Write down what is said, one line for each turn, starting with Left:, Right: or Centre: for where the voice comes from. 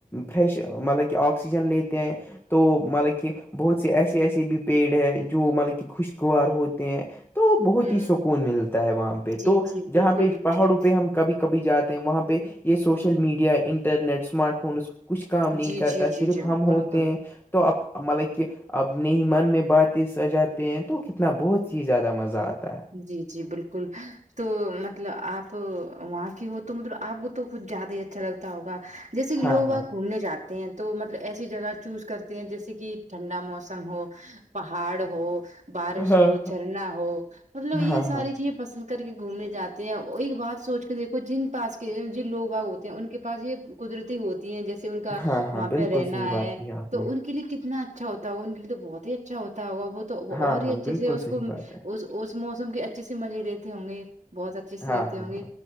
Left: فریش مطلب کہ آکسیجن لیتے ہیں تو مطلب کہ بہت سے ایسے ایسے بھی پیڑ ہے جو مطلب کہ خوشگوار ہوتے ہیں تو بہت
Right: ہوں
Left: ہی سکون ملتا ہے وہاں پہ
Right: جی
Left: تو
Right: جی بالکل
Left: جہاں پہ پہاڑوں
Right: ٹھیک
Left: پہ ہم کبھی کبھی جاتے ہیں وہاں پہ یہ social media internet smart phone اس کچھ کام
Right: جی
Left: نہیں کرتا
Right: جی جی
Left: صرف
Right: جی
Left: ہم
Right: بالکل
Left: ہوتے ہیں تو اب مطلب کہ اپنے ہی من میں باتیں سجاتے ہیں تو کتنا بہت ہیی زیادہ مزہ آتا ہے
Right: جی جی بالکل تو مطلب آپ وہاں کی ہو تو مطلب آپ کو تو ک زیادہ ہی اچھا لگتا ہوگا جیسے کہ لوگ
Left: ہاں ہاں
Right: وہ گھومنے جات ہیں ہیں تو مطلب ایسی جگہ چوز کرتے ہیں جیسے کہ ٹھنڈا موسم ہو پہاڑ ہو بارش
Left: ہاں
Right: ہو جھرنا ہو مطلب
Left: ہاں
Right: یہ
Left: ہاں
Right: ساری
Left: ہاں
Right: چیز پسند کر کے گھومنے جاتے ہیں اور ایک بات سوچ کے دیکھو جن پاس کے جن لوگ باگ ہوتے ہیں ان کے پاس یہ قدرتی ہوتی ہیں جیسے ان کا
Left: ہاں ہاں
Right: وہاں
Left: بالکل
Right: پہ رہنا
Left: صحیح بات
Right: ہے
Left: کی آپ
Right: تو
Left: نے
Right: ان کے لیے کتنا اچھا ہوتا ہو ان کے لیے تو بہت ہی اچھا ہوتا ہوا وہ تو
Left: ہاں
Right: اور ہی
Left: ہاں
Right: اچھے
Left: بالکل
Right: سے اس کو
Left: صحیح بات ہے
Right: اس موسم کے اچھے سے مزے رہتے ہوں گے بہت اچھے سے
Left: ہاں
Right: رہتے
Left: ہاں
Right: ہوں گے